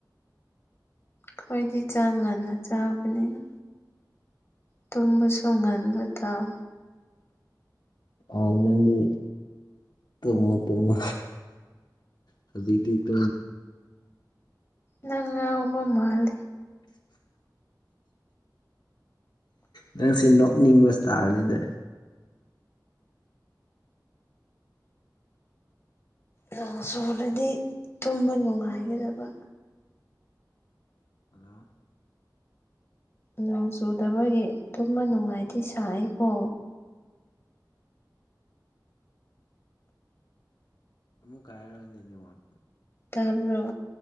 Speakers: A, on the left (about 35°); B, on the left (about 70°).
A: ꯈꯣꯏꯗꯤ ꯆꯥꯒꯅ ꯆꯥꯕꯅꯤꯅ ꯇꯨꯝꯕꯁꯨ ꯉꯟꯕ ꯊꯥꯎ
B: ꯑꯅꯗꯤ ꯇꯣꯡꯃꯣ ꯇꯣꯃꯣ ꯍꯧꯖꯤꯗꯤ ꯇꯥ
A: ꯅꯪ ꯑꯣꯕ ꯃꯥꯜꯦ
B: ꯅꯪꯁꯦ ꯅꯣꯛꯅꯤꯡꯕ ꯇꯥꯔꯅꯤꯗ
A: ꯅꯣꯡ ꯁꯣꯂꯗꯤ ꯇꯨꯝꯕ ꯅꯨꯡꯉꯥꯏꯒꯗꯕ
B: ꯍꯜꯂꯣ
A: ꯅꯣꯡ ꯆꯨꯗꯕꯒꯤ ꯇꯃ ꯅꯨꯡꯉꯥꯏꯗꯤ ꯁꯏꯀꯣ
B: ꯑꯃꯨꯛ ꯀꯥꯏꯔꯅꯤ ꯋꯥꯣ
A: ꯇꯥꯔꯕꯔꯣ